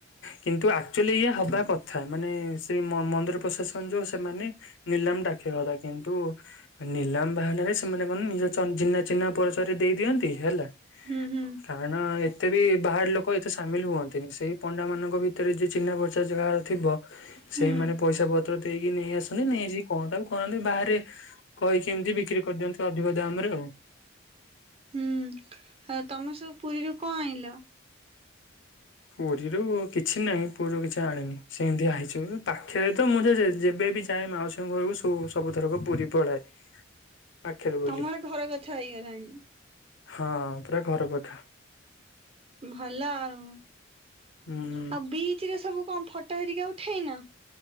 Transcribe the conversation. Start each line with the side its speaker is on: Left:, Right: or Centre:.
Left: କିନ୍ତୁ ଆକ୍ଚୁଲି ଏଇଆ ହବା କଥା ମାନେ ସେ ମ ମନ୍ଦିର ପ୍ରଶାସନ ଯୋଉ ସେମାନେ। ନିଲାମ ଡାକିବା କଥା କିନ୍ତୁ ନିଲାମ ବାହାନାରେ ସେମାନେ କଣ ନିଜ ଚିହ୍ନା ଚିହ୍ନା ପରିଚୟରେ ଦେଇ ଦିଅନ୍ତି ହେଲା।
Right: ହୁଁ ହୁଁ।
Left: କାରଣ ଏତେ ବି ବାହାର ଲୋକ। ଲୋକ ଏତେ ସାମିଲ ହୁଅନ୍ତିନି ସେଇ ପଣ୍ଡା ମାନଙ୍କ ଭିତରେ ଯିଏ ଚିହ୍ନା ପର୍ଚ ଯାହାର ଥିବ
Right: ହୁଁ
Left: ସେଇମାନେ ପଇସା ପତ୍ର ଦେଇକି ନେଇ ଆସନ୍ତି ନେଇ ଯାଇକି କଣ ତାକୁ କରନ୍ତି ବାହାରେ। କହିକି ଏମିତି ବିକ୍ରି କରିଦିଅନ୍ତି ଅଧିକ ଦାମ ରେ ଆଉ।
Right: ହୁଁ ଆଉ ତମେ ସବୁ ପୁରୀରୁ କଣ ଆଣିଲ।
Left: ପୁରୀରୁ କିଛି ନାହିଁ ପୁରୀରୁ କିଛି ଆଣିନି। ସେମିତି ଆଇଛି ପାଖରେ ତ ମୁଁ ଯେ ଯେବେ ବିି ଯାଏ ମାଉସୀଙ୍କ ଘରକୁ ସ ସବୁଥରକୁ ପୁରୀ ପଳାଏ। ପାଖରେ ବୋଲି
Right: ତମର ଘର କଥା ହେଇଗଲାଣି।
Left: ହଁ ପୁରା ଘର ପାଖ।
Right: ଭଲ ଆଉ
Left: ହୁଁ
Right: ଆଉ ବିଚ ରେ ସବୁ କଣ ଫଟ ଘଟିକା ଉଠେଇନ।